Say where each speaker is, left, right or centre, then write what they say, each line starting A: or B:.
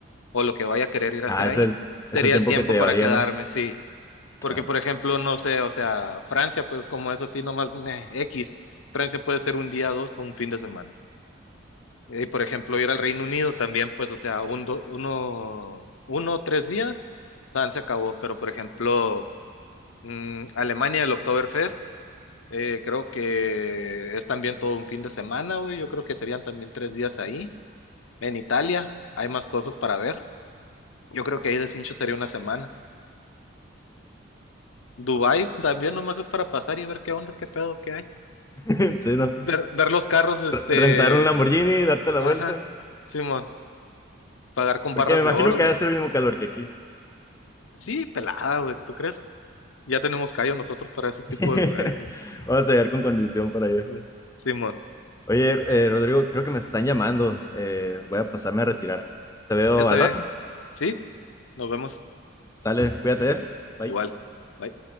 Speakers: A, on the left; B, on the left.
A: o lo que vaya a querer ir
B: ah,
A: a hacer
B: es
A: ahí,
B: el,
A: sería
B: es el tiempo
A: el tiempo
B: que te llevaría,
A: para quedarme,
B: ¿no?
A: sí.
B: Claro.
A: Porque, por ejemplo, no sé, o sea, Francia, pues como es así nomás meh, X, Francia puede ser un día, dos o un fin de semana. Y, por ejemplo, ir al Reino Unido también, pues, o sea, un, do- uno, uno, tres días, tan se acabó. Pero, por ejemplo, mm, Alemania, el Oktoberfest. Eh, creo que es también todo un fin de semana, güey. Yo creo que serían también tres días ahí. En Italia hay más cosas para ver. Yo creo que ahí de cincho sería una semana. Dubái también nomás es para pasar y ver qué onda, qué pedo qué hay.
B: <laughs> Sí, ¿no?
A: Ver, ver los carros, este...
B: Re- Rentar un Lamborghini, darte la
A: Ajá,
B: vuelta,
A: Simón. Pagar con
B: porque
A: barras
B: me imagino
A: de oro,
B: que
A: güey.
B: va a ser el mismo calor que aquí.
A: Sí, pelada, güey. ¿Tú crees? Ya tenemos callo nosotros para ese tipo
B: <laughs>
A: de lugares, güey.
B: Vamos a llegar con condición para allá.
A: Mm, Simón.
B: Oye, eh, Rodrigo, creo que me están llamando, eh, voy a pasarme a retirar. Te veo
A: Está
B: al
A: bien.
B: rato.
A: Sí, nos vemos.
B: Sale, cuídate, ¿eh? Bye.
A: Igual. Bye.